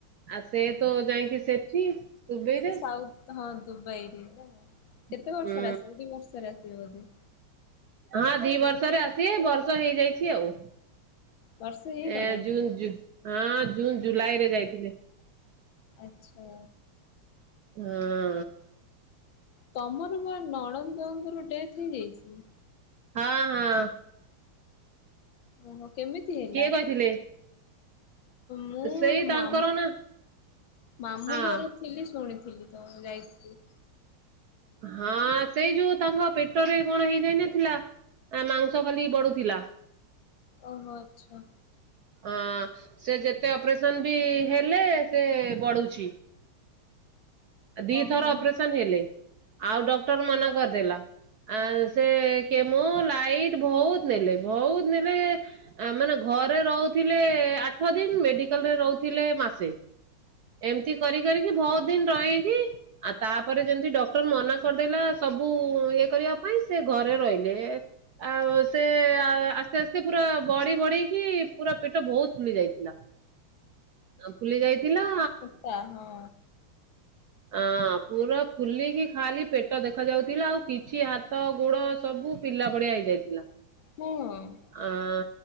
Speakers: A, on the right (about 65°); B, on the left (about 70°).
A: ଆଉ, ସେ ତ ଯାଇଁକି ସେଠି। ଦୁବେଇରେ
B: ସେ ସାଉଥ୍ ହଁ, ଦୁବାଇରେ ନା! କେତେ
A: ହୁଁ।
B: ବର୍ଷରେ ଆସିବେ, ଦି ବର୍ଷରେ ଆସିବେ ବୋଧେ?
A: ହଁ, ଦି ବର୍ଷରେ ଆସିବେ। ବର୍ଷ ହେଇଯାଇଛି ଆଉ।
B: ବର୍ଷେ ହେଇଗଲାଣି।
A: ଏ ଜୁନ୍ ଜୁ ହଁ, ଜୁନ୍ ଜୁଲାଇ ରେ ଯାଇଥିଲେ।
B: ଆଚ୍ଛା।
A: ହଁ।
B: ତମର ମ ନଣନ୍ଦଙ୍କର ଡେଥ୍ ହେଇଯାଇଛି!
A: ହଁ, ହଁ।
B: ଓହୋ! କେମିତି ହେଲା?
A: କିଏ କହିଥିଲେ?
B: ମୁଁ
A: ସେଇ ତାଙ୍କର
B: ମାମୁଁ
A: ନା
B: ମାମୁଁ
A: ହଁ
B: ଘରେଥି ଥିଲି ଶୁଣିଥିଲି ତ ଯାଇଥିଲି।
A: ହଁ ସେଇ ଯୋଉ ତାଙ୍କ ପେଟରେ କଣ ହେଇଯାଇନଥିଲା। ଆ ମାଂଉସ ଖାଲି ବଢୁଥିଲା।
B: ଓହୋ ଆଚ୍ଛା।
A: ଅଁ ସେ ଯେତେ ଅପରେସନ ବି ହେଲେ ସେ ବଢୁଛି। ଦିଥର
B: ଓହୋ।
A: ଅପରେସନ୍ ହେଲେ ଆଉ ଡକ୍ଟର୍ ମନା କରିଦେଲା। ଆଁ ସେ କେମୋ ଲାଇଟ୍ ବୋହୁତ୍ ନେଲେ ବୋହୁତ୍ ନେଲେ। ଆ ମାନେ ଘରେ ରହୁଥିଲେ ଆଠ ଦିନ ମେଡିକାଲ ରେ ରହୁ ଥିଲେ ମାସେ ଏମିତି କରି କରିକି ଭଉତ୍ ଦିନ୍ ରହିକି ଆଉ ତାପରେ ଯେମିତି ଡକ୍ଟର୍ ମନା କରିଦେଲା ସବୁ ଇଏ କରିବା ପାଇଁ ସେ ଘରେ ରହିଲେ। ଆଉ ସେ ଆସ୍ତେ ଆସ୍ତେ ପୁରା ବଢି ବଢେଇକି ପୁରା ପେଟ ବୋହୁତ୍ ଫୁଲି ଯାଇଥିଲା। ଆ ଫୁଲି ଯାଇଥିଲା।
B: ତା ହଁ।
A: ଆଁ ପୁରା ଫୁଲିକି ଖାଲି ପେଟ ଦେଖା ଯାଉଥିଲା ଆଉ କିଛି ହାତ ଗୋଡ ସବୁ ପିଲା ଭଳିଆ ହେଇଯାଇଥିଲା।
B: ହୁଁ।
A: ଆଁ।